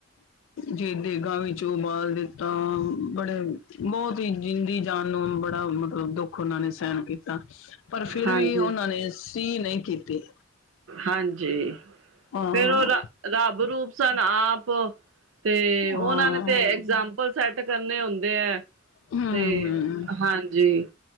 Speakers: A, on the left; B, on the right.
A: ਜੇ ਦੇਗਾਂ ਵਿੱਚੋਂ ਉਬਾਲ ਦੇ ਤਾਂ ਬੜੇ ਬਹੁਤ ਹੀ ਜਿੰਦੀ ਜਾਨ ਨੂੰ ਬੜਾ ਮਤਲਬ ਦੁੱਖ ਉਹਨਾਂ ਨੇ ਸਹਿਣ ਕੀ ਤਾ ਪਰ ਫਿਰ
B: ਹਾਂਜੀ
A: ਵੀ ਉਹਨਾਂ ਨੇ ਸੀ ਨਈ ਕੀਤੀ।
B: ਹਾਂਜੀ
A: ਹਾਂ
B: ਫੇਰ ਉਹ ਰ ਰੱਬ ਰੂਪ ਸਨ ਆਪ ਤੇ ਉਹਨਾਂ
A: ਹਾਂ
B: ਨੇ ਤੇ ਐਗਜਾਮਪਲ ਸੈਟ ਕਰਨੇ ਹੁੰਦੇ ਹੈ
A: ਹਮ ਹਮ
B: ਤੇ ਹਾਂਜੀ।